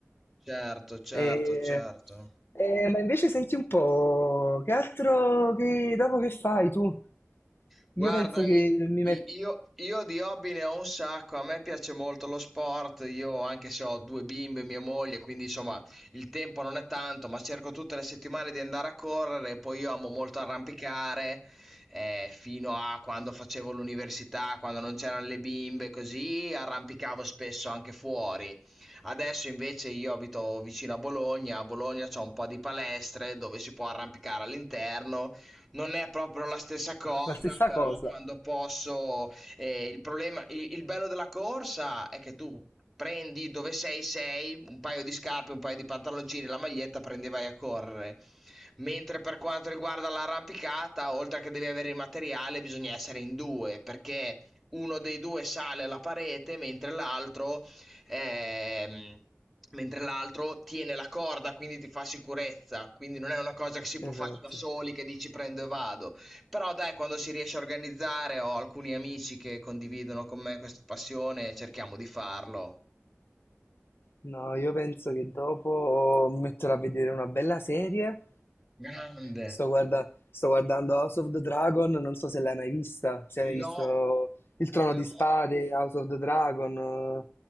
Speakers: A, in the centre; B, on the left.
A: certo, certo,
B: E-
A: certo.
B: eh, ma invece senti un po', che altro, che, dopo che fai tu?
A: Guarda,
B: Io penso
A: i-
B: che mi metto
A: i- io, io di hobby ne ho un sacco, a me piace molto lo sport, io anche se ho due bimbe e mia moglie, quindi insomma il tempo non è tanto, ma cerco tutte le settimane di andare a correre, poi io amo molto arrampicare, eh, fino a quando facevo l'università, quando non c'erano le bimbe, così arrampicavo spesso anche fuori. Adesso invece io abito vicino a Bologna, a Bologna c'è un po' di palestre dove si può arrampicare all'interno non è proprio la stessa cosa,
B: la stessa
A: però
B: cosa.
A: quando posso, eh, il problema, il, il bello della corsa è che tu prendi dove sei, sei, un paio di scarpe, un paio di pantaloncini, la maglietta, prendi e vai a correre. Mentre per quanto riguarda l'arrampicata, oltre che devi avere il materiale, bisogna essere in due, perché uno dei due sale alla parete, mentre l'altro ehm, mentre l'altro tiene la corda, quindi ti fa sicurezza, quindi non è una cosa che si può
B: Esatto.
A: fare da soli, che dici prendo e vado. Però dai, quando si riesce a organizzare, ho alcuni amici che condividono con me questa passione, cerchiamo di farlo.
B: No, io penso che dopo mi metterò a vedere una bella serie.
A: Grande.
B: Sto guarda- sto guardando House of the Dragon, non so se l'hai mai vista, se hai mai
A: No,
B: visto Il Trono
A: no.
B: di Spade, House of the Dragon.